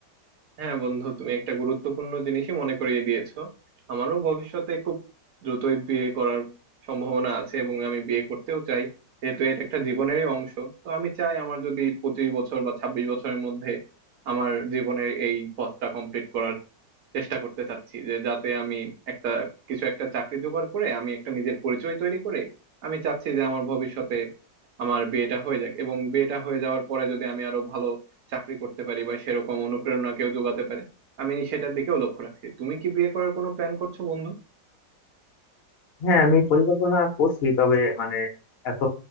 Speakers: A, on the right; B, on the left.
A: হ্যাঁ বন্ধু তুমি একটা গুরুত্বপূর্ণ জিনিসই মনে করিয়ে দিয়েছো আমারও ভবিষ্যতে খুব দ্রুতই বিয়ে করার সম্ভাবনা আছে এবং আমি বিয়ে করতেও চাই যেহেতু এটা একটা জীবনেরই অংশ তো আমি চাই আমার যদি পঁচিশ বছর বা ছাব্বিশ বছরের মধ্যে আমার জীবনের এই পথটা কমপ্লিট করার চেষ্টা করতে চাচ্ছি যে যাতে আমি একটা কিছু একটা চাকরি জোগাড় করে আমি একটা নিজের পরিচয় তৈরি করে আমি চাচ্ছি যে আমার ভবিষ্যতে আমার বিয়েটা হয়ে যাক এবং বিয়েটা হয়ে যাওয়ার পরে যদি আমি আরো ভালো চাকরি করতে পারি বা সেরকম অনুপ্রেরণা কেউ যোগাতে পারে আমি সেটার দিকেও লক্ষ্য রাখছি তুমি কি বিয়ে করার কোনো প্ল্যান করছো বন্ধু
B: হ্যাঁ আমি পরিকল্পনা করছি তবে মানে এত